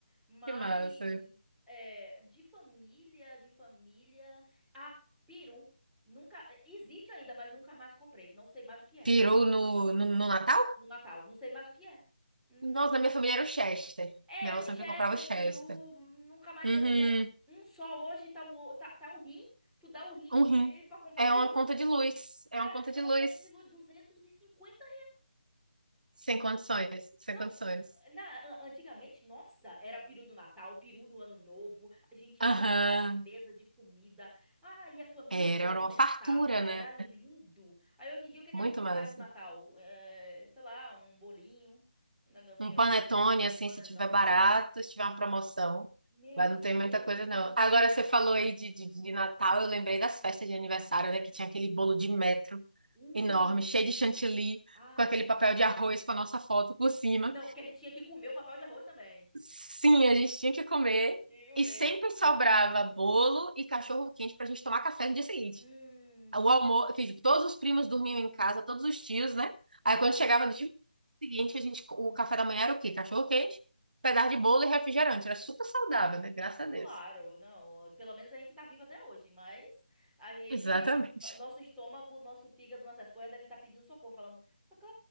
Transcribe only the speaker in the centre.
Mas
é, de família, de família. Ah, peru. Nunca. é, Existe ainda, mas nunca mais comprei. Não sei mais o que é.
No Natal. Não sei mais o que é. Hum,
é,
o
Chester,
peru. Nunca mais
sei o que é. Um só hoje tá, o, o- tá, tá um rim. Tu dá o rim
eh, pra comprar
o peru.
É,
é uma
conta de luz, 250
Não,
ah, na- antigamente, nossa, era peru no Natal, peru no Ano Novo, a gente
enchia a mesa de comida, ah, e a família
toda
sentava,
era lindo. Aí hoje em dia, o que que
a gente
faz no Natal? É, sei lá, um bolinho, um negocinho
assim,
um panetone.
Meu
Deus.
Hum.
Uh.
Ai.
Não, que a gente tinha que comer o papel de arroz também.
Tinha que comer.
Hum.
Aham.
Claro,
não. Pelo menos a gente tá vivo até hoje, mas a gente,
no- nosso estômago, nosso fígado, nossas coisas devem estar pedindo socorro, falando socorro,